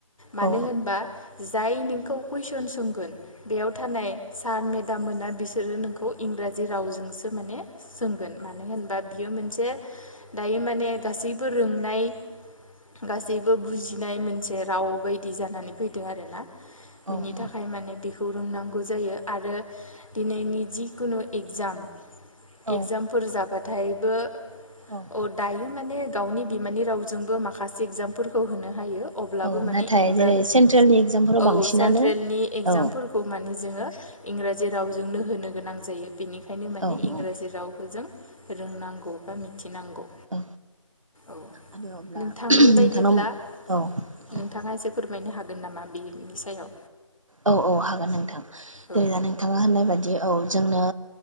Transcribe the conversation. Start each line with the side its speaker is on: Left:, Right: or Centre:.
Left: मानो
Right: औ
Left: होनबा जाय नोंखौ कुइसन सोंगोन बेयाव थानाय सार मेद दा मोना बिसोरो नों खौ इंराजि रावजोंसो माने सोंगोन मानो होनबा बियो मोनसे दायो माने गासैबो रोंनाय गासैबो बुजिनाय मोनसे बे राव बायदि जानानै फैदों आरोना। बिनि
Right: औ
Left: थाखाय माने बेखौ रोंनांगौ जायो आरो दिनैनि जि कुनु एगजाम
Right: औ
Left: एक्जामफोर जाबा नाथायबो।
Right: औ
Left: अ दायो माने गावनि बिमानि रावजोंबो माखासे एगजामफोरखौ होनो हायो अब्लाबो
Right: औ
Left: माने
Right: नाथाय
Left: इंराजि
Right: जेरै सेन्ट्रेलनि एगजामफोराव
Left: औ
Right: बांसिनानो
Left: सेन्ट्रेलनि एगजामफोरखौ
Right: औ
Left: माने जोङो इंराजि रावजोंनो होनो गोनां जायो। बेनिखायनो माने
Right: औ
Left: इंराजि
Right: औ
Left: रावखौ जों। रोंनांगौ बा मिथिनांगौ
Right: औ
Left: औ
Right: आरो अब्ला
Left: नोंथांनि
Right: नोंथांनाव
Left: बायदिब्ला
Right: औ औ
Left: नोंथाङा एसे फोरमायनो हागोन नामा बेनि सायाव
Right: औ औ हागोन नोंथां
Left: औ
Right: जेरैबा नोंथाङा होननाय बादि औ जोंनो